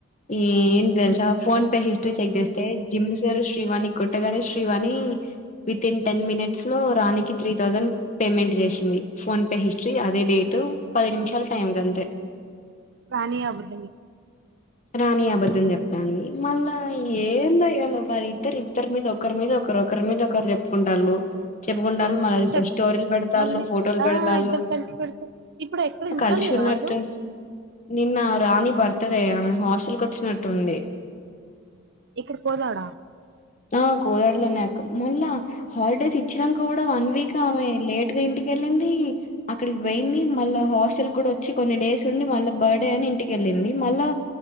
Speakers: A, on the left; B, on the right.
A: ఏం తెలుసా ఫోన్ పే హిస్ట్రీ చెక్ చేస్తే జిమ్ సార్ శ్రీవాణి కొట్టగానే శ్రీవాణి వితిన్ టెన్ మినిట్స్ లో రాణికి త్రీ థౌజండ్ పేమెంట్ చేసింది ఫోన్ పే హిస్టరీ అదే డేటు పది నిమిషాల టైం కంతే
B: రాని అబద్ధం
A: రాని అబద్ధం చెప్తాంంది మళ్ళా ఏందో ఎమొ వాళ్ళ ఇద్దరు ఇద్దరి మీద ఒకరి మీద ఒకరు ఒకరి మీద ఒకరు చెప్పుకుంటళ్ళు చెప్పుకుంట.... చెప్పుకుంటారు ఉ మళ
B: చెప్
A: స్టోరీలు పెడతారు
B: మళ్ళీ
A: ఫోటోలు
B: ఆ
A: పెడతారు
B: ఇద్దరు కలిసి పెడితే ఇప్పుడు ఎక్కడ ఇంట్లో
A: కలిసి
B: లేరా
A: ఉన్నట్టు
B: వాళ్ళు
A: నిన్న రాణి బర్త్ డే య.,.. హాస్టల్ కి వచ్చినట్టుంది
B: ఇక్కడ పోదాడా...
A: ఆ..... కోదాడ లోనే అక్కడ, మళా... మల్ల హాలిడేస్ ఇచ్చినాక కూడా వన్ వీక్ ఆమె లేట్ గా ఇంటికి వెళ్ళింది అక్కడికి పోయింది మళ్ళా హాస్టల్ కూడా వచ్చి కొన్ని డేస్ ఉండి మళ్ళా బర్త్డే అని ఇంటికెళ్ళింది మళ్ళా